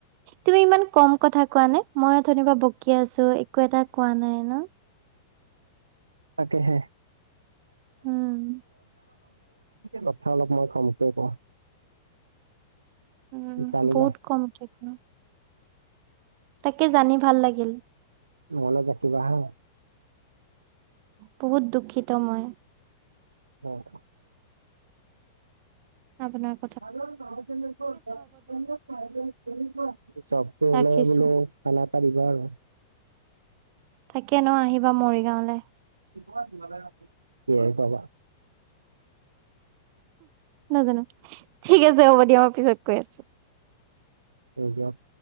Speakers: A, on the right; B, on the right.
A: তুমি ইমান কম কথা কোৱা নে, মই ওথনি পা বকি আছো, একো এটা কোৱা নাই ন।
B: তাকেহে।
A: উম
B: কথা অলপ মই কমকে কওঁ।
A: উম'
B: জানিলা
A: বহুত কমকে কোৱা। তাকে জানি ভাল লাগিল।
B: মনত ৰাখিবা হা।
A: বহুত দুখিত মই
B: অ'
A: আপোনাক
B: <unintelligible> চাবটো
A: ৰাখিছো
B: অলপ বোলো খানা এটা দিবা আৰু
A: তাকে ন' আহিবা মৰিগাঁওলৈ
B: <unintelligible> কিহেৰে খোৱাবা
A: নাজানো ঠিক আছে হ'ব দিয়া মই পিছত কৈ আছো
B: নিজক